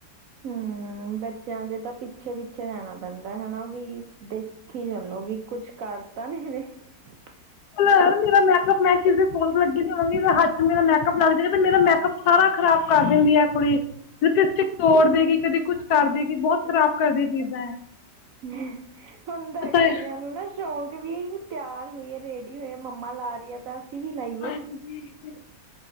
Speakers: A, on the right (about 70°); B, on the left (about 70°).
A: ਹੂੰ, ਬੱਚਿਆਂ ਦੇ ਤਾਂ ਪਿੱਛੇ-ਪਿੱਛੇ ਰਹਿਣਾ ਪੈਂਦਾ, ਹਨਾ ਵੀ। ਦੇਖੀ ਚੱਲੋ ਵੀ, ਕੁਛ ਕਰ ਤਾ ਨਹੀਂ ਰਹੇ।
B: ਯਾਰ ਮੇਰਾ ਮੈਕਅਪ ਮੈਂ ਕਿਸਦੇ ਕੋਲ ਲੱਗੀ ਹੋਵਾਂਗੀ, ਹੱਥ'ਚ ਮੇਰਾ ਮੈਕਅਪ ਲੱਗ ਜੇਗਾ ਤੇ, ਮੇਰਾ ਮੈਕਅਪ ਸਾਰਾ ਖ਼ਰਾਬ ਕਰ ਦਿੰਦੀ ਐ। ਕੁੜੀ, ਲਿਪੀਸਟੀਕ ਤੋੜ ਦੇਗੀ, ਕਦੇ ਕੁਛ ਕਰਦੇਗੀ, ਬਹੁਤ ਖ਼ਰਾਬ ਕਰਦੀਆ ਚੀਜ਼ਾਂ ਐ।
A: ਹੂੰ, ਹੁੰਦਾ ਏ ਕੁੜੀਆਂ
B: ਹੈ
A: ਨੂੰ, ਨਾ। ਸ਼ੌਂਕ ਵੀ, ਅਹੀ ਤਿਆਰ ਹੋਈਏ, ਰੇਡੀ ਹੋਏ, ਮੰਮਾ ਲਾ ਰਹੀਏ ਤਾਂ ਅਸੀਂ ਵੀ ਲਾਈ
B: ਹਾਂਜੀ, ਫਿਰ